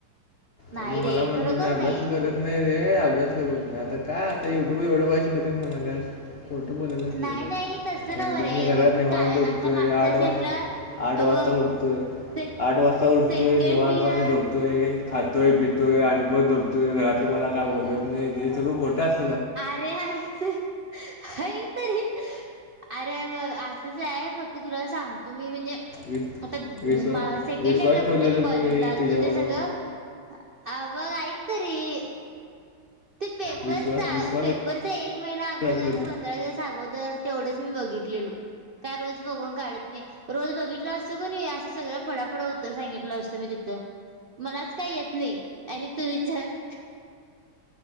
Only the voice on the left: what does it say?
आणि
मला म्हणती
मी अभ्यासच
करत नाय रे अभ्यास करत नाय आता काय आता युट्यूबवर एवढं भारी शिकवतात म्हणाल्यास खोट बोयलाल्या
केवढं,
म्हणते
मी घरात
निवांत
झोपतोय
आठ
वाज आठ वाजता
उठतोय.
आठ वाजता उठतोय.
निवांत
पणे झोप तोय. खातोय पितोय आणि परत झोपतोय. घरातले मला काय बोलत नाय हे सगळं खोटं अस
वि
विश्वा
विश्वास
ठेवलेलो
तुझ्यावर
विश्वास विश्वास
गेलो